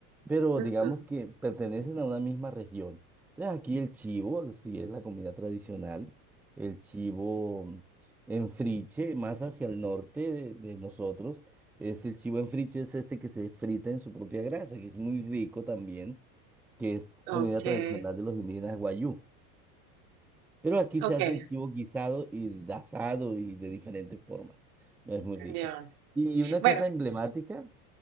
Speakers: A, in the centre; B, on the right.
A: Pero
B: Ujú.
A: digamos que pertenecen a una misma región. Entonces aquí el chivo, sí es la comida tradicional, el chivo en friche, más hacia el norte de, de nosotros, es el chivo en friche, es este que se frita en su propia grasa, que es muy rico también, que es
B: Okay,
A: comida tradicional de los indígenas guayú. Pero aquí
B: okay,
A: se hace el chivo guisado y de asado y de diferentes formas. No es muy rico.
B: ya.
A: Y una
B: Bueno,
A: cosa emblemática